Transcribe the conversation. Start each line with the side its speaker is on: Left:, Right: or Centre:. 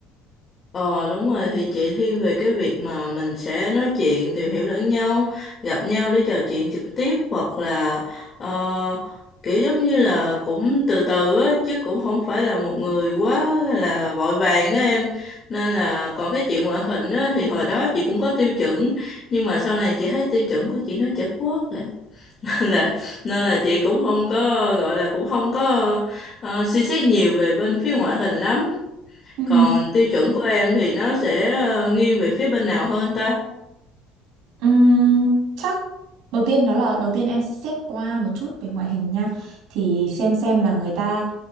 Left: Ờ đúng rồi thì chị thiên về cái việc mà mình sẽ nói chuyện tìm hiểu lẫn nhau gặp nhau để trò chuyện trực tiếp hoặc là ờ, kiểu giống như là cũng từ từ á chứ cũng không phải là một người quá là vội vàng đó em nên là còn cái chuyện ngoại hình á thì hồi đó chị cũng có tiêu chuẩn nhưng mà sau này chị thấy tiêu chuẩn của chị nó chật quốc rồi <laughs> là nên là chị cũng không có gọi là cũng không có ờ, suy xét nhiều về bên phía ngoại hình lắm
Right: Ừ.
Left: còn tiêu chuẩn của em thì nó sẽ ờ, nghiêng về phía bên nào hơn ta?
Right: Ừm, chắc đầu tiên đó là đầu tiên em sẽ xét qua một chút về ngoại hình nha thì xem xem là người ta